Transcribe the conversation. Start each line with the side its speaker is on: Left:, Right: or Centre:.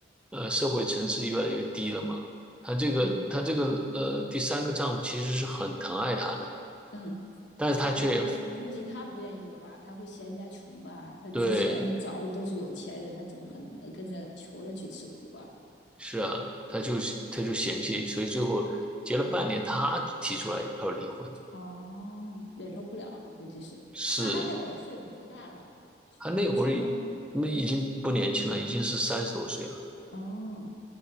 Centre: 呃社会层次越来越低了嘛。她这个她这个呃第三个丈夫其实是很疼爱她的，
Left: 嗯嗯，
Centre: 但是她却
Left: 那他估计他不愿意了吧？他会嫌人家穷吧？他之前找的都是有钱人，
Centre: 对
Left: 他怎么可能跟着穷人去吃苦啊？
Centre: 是啊，他就他就嫌弃，所以最后结了半年，
Left: 嗯，
Centre: 他提出来要离婚。
Left: 哦，忍受不了了，估计是。
Centre: 是，
Left: 那他那会儿岁数多大了？
Centre: 他那会儿那已经不年轻了，
Left: 年轻吗？
Centre: 已经是三十多岁了。
Left: 哦，